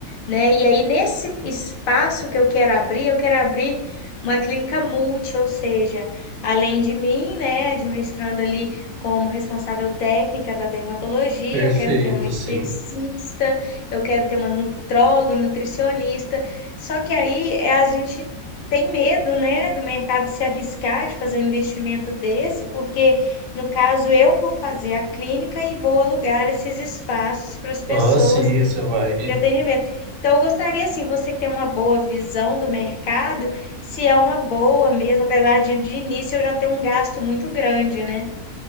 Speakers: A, on the left; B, on the right.
A: né? E aí, nesse espaço que eu quero abrir, eu quero abrir uma clínica multi, ou seja, além de mim, né, administrando ali como responsável técnica da dermatologia,
B: perfeito,
A: eu quero ter uma esteticista,
B: sim.
A: eu quero ter uma nutróloga, nutricionista. Só que aí é a gente tem medo, né, do mercado se arriscar de fazer um investimento desse, porque no caso eu vou fazer a clínica e vou alugar esses espaços para as pessoas
B: Aham, sim, você vai.
A: de atendimento. Então, eu gostaria, assim, você que tem uma boa visão do mercado, se é uma boa mesmo, apesar de de início eu já ter um gasto muito grande, né?